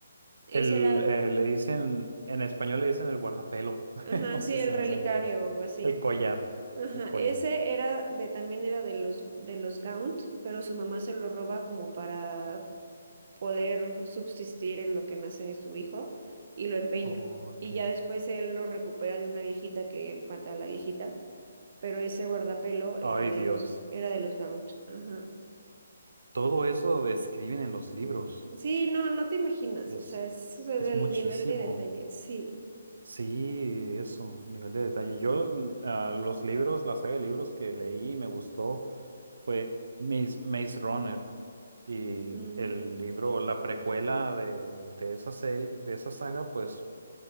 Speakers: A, on the right; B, on the right.
A: Ese
B: el,
A: era,
B: eh, le dicen, en español le dicen el guardapelo. <laughs>
A: ajá,
B: No
A: sí,
B: sé, se
A: el relicario
B: me hace medio raro.
A: o así.
B: El collar.
A: Ajá,
B: El collar.
A: ese era de, también era de los, de los Gaunt, pero su mamá se lo roba como para poder subsistir en lo que nace su hijo y lo empeña.
B: Ok.
A: Y ya después él lo recupera de una viejita que mata a la viejita, pero ese guardapelo
B: Ay,
A: era de
B: Dios.
A: los, era de los Gaunt. Ajá.
B: Todo eso lo describen en los libros.
A: Sí, no, no te imaginas,
B: Es,
A: o sea, es o sea, el
B: es muchísimo.
A: nivel de detalle, sí.
B: Sí, eso, nivel de detalle. Yo, l- ah, los libros, la saga de libros que leí y me gustó fue Maze, Maze Runner. Y
A: Mm.
B: el libro, la precuela de, de esa serie, de esa saga, pues